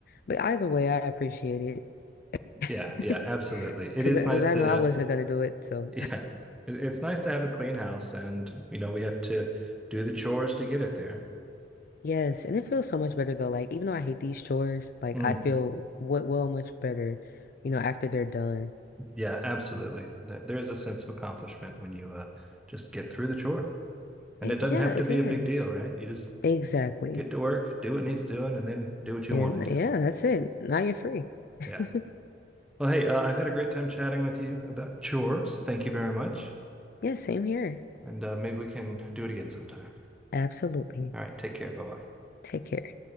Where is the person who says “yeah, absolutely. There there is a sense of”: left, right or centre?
Centre